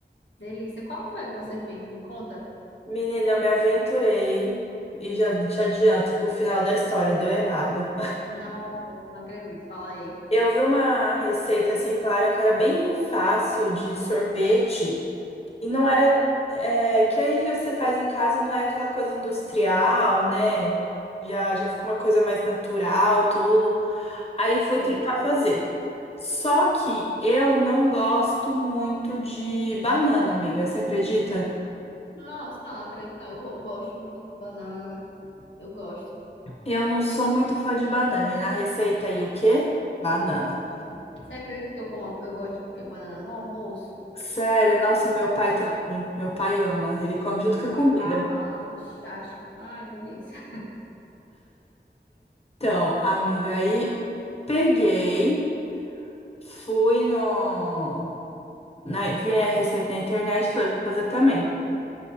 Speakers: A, on the left; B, on the left.
A: delícia. Qual foi a que você fez? Me conta.
B: Menina, eu me aventurei e já te adianto que o final da história deu errado.
A: Não, não acredito. Fala aí.
B: Eu vi uma receita assim, falaram que era bem fácil de sorvete e não era. é, que aí já você faz em casa e não é aquela coisa industrial, né? Já, já ficou uma coisa mais natural, tudo. Aí fui
A: É,
B: tentar fazer. Só que eu não gosto muito de banana, amiga, você acredita?
A: Nossa, não, acredito não. Eu, go- gosto muito de banana. Eu gosto.
B: Eu não sou muito fã de banana. E na receita aí o quê? Banana.
A: Banana. Você acredita que eu como, eu gosto de comer banana no almoço?
B: Sério, nossa, meu pai
A: É.
B: também. Meu pai ama. Ele come junto com a
A: Macarrão,
B: comida.
A: chás. Ai, delícia.
B: Então, amiga, aí peguei, fui no. Na, vi a receita na internet, falei, vou fazer também.